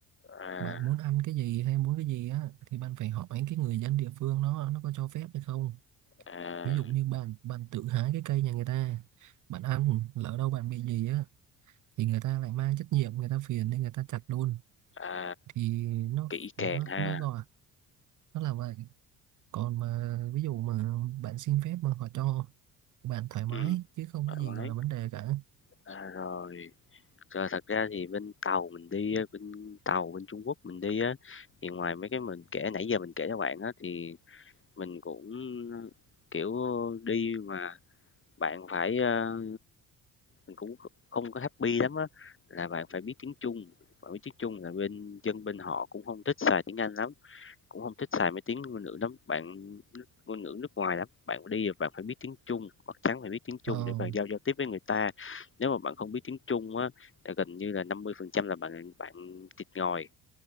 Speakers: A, on the left (about 30°); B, on the right (about 45°).
A: À,
B: bạn muốn ăn cái gì hay muốn cái gì á thì bạn phải hỏi cái người dân địa phương nó nó có cho phép hay không
A: à,
B: ví dụ như bạn bạn tự hái cái cây nhà người ta bạn ăn lỡ đâu bạn bị gì á thì người ta lại mang trách nhiệm người ta phiền nên người ta chặt luôn
A: à,
B: thì nó
A: kỹ
B: nó
A: càng ha,
B: nó gọi nó là vậy còn mà ví dụ mà bạn xin phép mà họ cho bạn thoải mái
A: ừm,
B: chứ không
A: thoải
B: có gì
A: mái.
B: gọi là vấn đề cả
A: À, rồi, rồi thật ra thì bên Tàu mình đi á, bên Tàu bên Trung Quốc mình đi á, thì ngoài mấy cái mình kể nãy giờ mình kể cho bạn á, thì mình cũng, kiểu, đi mà bạn phải, ơ mình cũng không có happy lắm á, là bạn phải biết tiếng Trung. Bạn biết tiếng Trung là bên dân bên họ cũng không thích xài tiếng Anh lắm, cũng không thích xài mấy tiếng ngôn ngữ lắm, bạn ngôn ngữ nước ngoài lắm. Bạn đi là bạn phải biết tiếng Trung, chắc chắn phải biết tiếng Trung
B: ờ
A: để bạn giao giao tiếp với người ta. Nếu mà bạn không biết tiếng Trung á, là gần như là 50% là bạn bạn thịt ngòi.